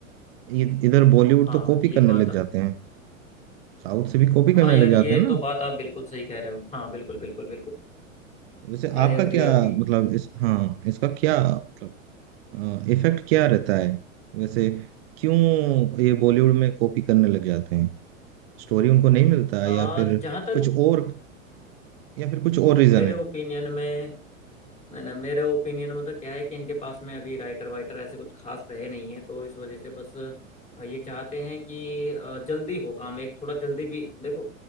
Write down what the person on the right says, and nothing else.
इ- इधर बॉलीवुड
तो कॉपी
करने
लग
जाते हैं साउथ से भी कॉपी करने
लग जाते
हैं ना
वैसे
आपका
क्या
मतलब इस हाँ इसका क्या मतलब इफेक्ट क्या रहता है वैसे क्यों ये बॉलीवुड में कॉपी करने लग जाते हैं स्टोरी उनको नहीं मिलता
है या फिर
कुछ और या फिर कुछ और रीजन
है